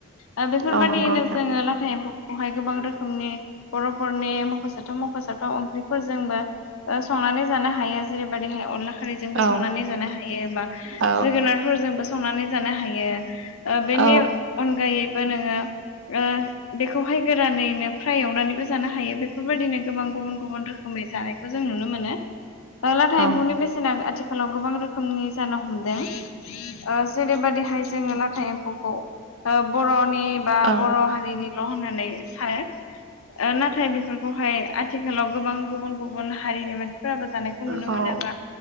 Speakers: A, on the left; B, on the right.
A: ओ बेफोरबायादिनो
B: औ नंगौ नोंथां
A: जोङो लाथा एम्फौखौहाय गोबां रोखोमनि बर'फोरनि मखजाथाव मखजाथाव ओंख्रिफोरजोंबो ओ संनानै जानो हायो जेरैबायदिहाय अनला खारैजोंबो
B: औ
A: संनानै जानो हायो बा
B: औ
A: जोगोनारफोरजोंबो संनानै जानो हायो ओ बेनि
B: औ
A: अनगायैबो नोङो ओ बेखौहाय गोरानैनो फ्राय एवनानैबो जानो हायो बेफोरबायाददिनो गोबां गुबुन गुबुन रोखोमै जानायखौ जों नुनो मोनो। ओ लाथा
B: औ
A: एम्फौनि बेसेना आथिखालाव गोबां रोखोमनि जानो हमदों ओ जेरैबादिहाय जोङो लाथा एम्फौखौ ओ बर'नि बा
B: औ
A: बर' हारिनिल' होननानै सानो ओ नाथाय बेफोरखौहाय आथिखालाव गोबां गुबुन गुबुन हारिनि मानस फोराबो जानायखौ नुनो
B: औ
A: मोनो बा